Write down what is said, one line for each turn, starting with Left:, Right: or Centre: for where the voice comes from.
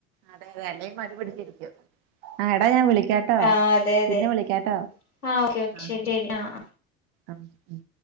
Right: അതെ അതെ അല്ലേ മടി പിടിച്ചിരിക്കും ആ എടാ ഞാൻ വിളി ക്കാട്ടോ
Left: ആ അതെ അതെ
Right: പിന്നെ വിളിക്കാട്ടോ
Left: ആ ഓക്കെ ഓക്കെ
Right: ആഹ്
Left: ശരി ശരി ആ ആ
Right: ആഹ്